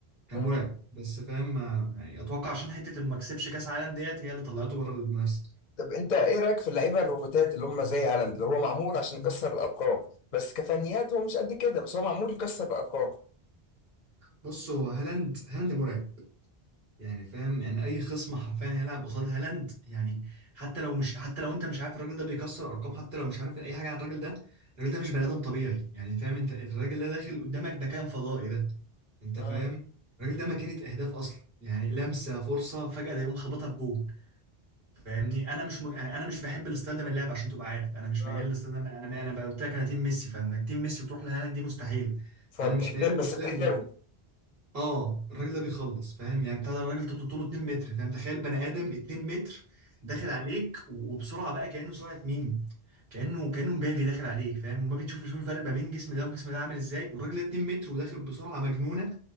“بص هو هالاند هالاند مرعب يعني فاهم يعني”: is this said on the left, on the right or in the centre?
Right